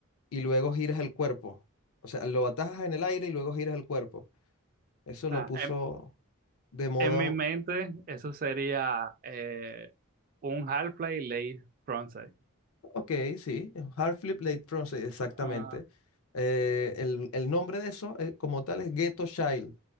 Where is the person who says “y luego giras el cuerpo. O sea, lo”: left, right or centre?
Left